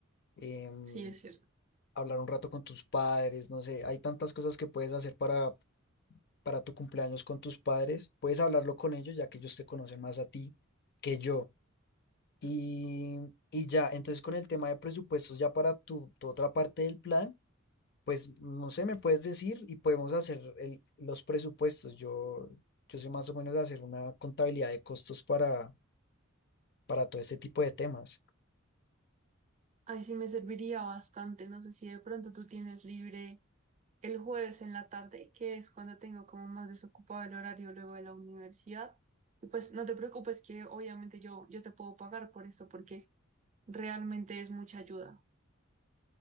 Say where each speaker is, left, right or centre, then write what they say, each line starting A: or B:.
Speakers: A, on the left; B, on the right.
A: em,
B: sí, es cierto.
A: hablar un rato con tus padres, no sé, hay tantas cosas que puedes hacer para, para tu cumpleaños con tus padres. Puedes hablarlo con ellos, ya que ellos te conocen más a ti que yo. Y, y ya, entonces con el tema de presupuestos, ya para tu, tu otra parte del plan, pues no sé, me puedes decir y podemos hacer el- los presupuestos. Yo, yo sé más o menos hacer una contabilidad de costos para, para todo este tipo de temas.
B: Ay, sí me serviría bastante. No sé si de pronto tú tienes libre el jueves en la tarde, que es cuando tengo como más desocupado el horario luego de la universidad. Y pues no te preocupes que obviamente yo, yo te puedo pagar por eso porque realmente es mucha ayuda.